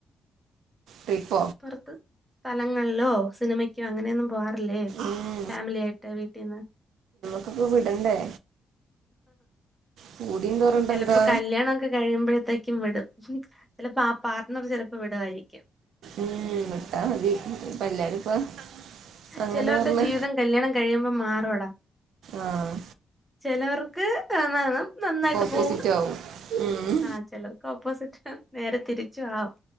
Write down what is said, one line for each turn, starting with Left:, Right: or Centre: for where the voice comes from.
Right: പറയുമ്പോൾ
Centre: പുറത്ത് സ്ഥലങ്ങളിലോ സിനിമയ്ക്കോ അങ്ങനെയൊന്നും പോവാറ! അല്ലേ!
Right: ഉം
Centre: ഫാമിലി ആയിട്ട് വീട്ടീന്ന്!
Right: ഇവിടെ വിടണ്ടേ? പൂതിയും തോറണ്ടെന്താ
Centre: ചിലപ്പോ കല്യാണമൊക്കെ കഴിയുമ്പോഴത്തേക്കും വിടും. ചെലപ്പോ ആ പാർട്ണർ പെലപ്പോ വിടുവായിരിക്കും.
Right: ഉം <unintelligible> അങ്ങനെ
Centre: ചെലരുടെ
Right: പറഞ്ഞ്
Centre: ജീവിതം കല്യാണം കഴിയുമ്പം മാറുമെടാ!
Right: ആഹ്
Centre: ചെലവർക്ക് കാണണം നന്നായി!
Right: ഓപ്പോസിറ്റ്
Centre: ഓ
Right: ആവും ഉം
Centre: ആഹ്ചിലർക്ക് ഓപ്പോസിറ്റ്. നേരെ തിരിച്ചു ആവും.